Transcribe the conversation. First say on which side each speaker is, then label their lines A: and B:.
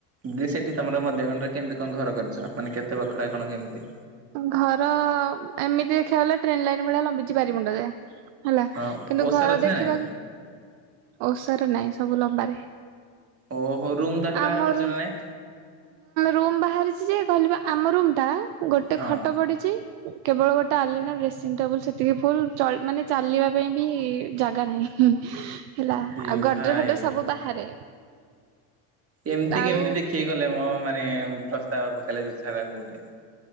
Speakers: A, on the right; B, on the right.
A: ବି ସେଇଠି ତମର ମ ଦେଘରେ କେମିତି କଣ ଘର କରିଛ ମାନେ କେ ଏତେ ବଖରା କଣ କେମିତି?
B: ଘର ଏମିତି ଦେଖିବାକୁ ଗଲେ ଟ୍ରେନ ଲାଇନ ଭଳିଆ ଲମ୍ବିଛି ପାରି ମୁଣ୍ଡ ଯାଏ। ହେଲା
A: ହଁ
B: କିନ୍ତୁ
A: ଓସାର
B: ଘର
A: ଅଛି
B: ଦେଖିବାକୁ
A: ନା ନାଇଁ
B: ଓଷାରେ ନାଇଁ ସବୁ ଲମ୍ବାରେ ହ
A: ଓହୋ ରୁମ୍ ତାହେଲେ ବାହାର
B: ଆମର
A: କରିଛ ନା ନାଇଁ
B: ରୁମ୍ ବାହାରିଛି ଯେ କହିଲି ପା ଆମ ରୁମ୍ ତା ତା ଗୋଟେ
A: ହଁ
B: ଖଟ ପଡିଛି କେବଳ ଗୋଟେ ଆଲେଣା ଡ୍ରେସିଂ ଟେବୁଲ ସେତିକି ଫୁଲ ମାନେ ଚ ଚାଲିବା ପାଇଁ ବି ଜାଗା ନାହିଁ। ହେଲା
A: ଏ
B: ଆଉ <unintelligible>
A: ଭାଇରେ
B: ସବୁ ବାହାରେ।
A: ଏମିତି
B: ଆଉ
A: କେମିତି ଦେଖେଇ ଗଲେ ମୋ ମାନେ ପ୍ରସ୍ତାବବ <unintelligible> ଗୋଟେ